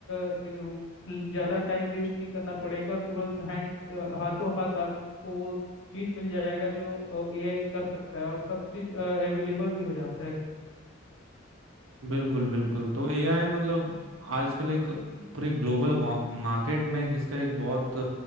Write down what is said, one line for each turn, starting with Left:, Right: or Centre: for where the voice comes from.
Left: अ, इन- ज्यादा टाइम वेस्ट नहीं करना पड़ेगा तुरंत हैंड अ, हाथों हाथ आपको वो चीज मिल जाएगा जो एआई कर सकता है और सब चीज अवेलेबल भी हो जाता है
Right: बिल्कुल बिल्कुल तो एआई मतलब आजकल एक पूरे ग्लोबल मार्केट में इसका एक बहुत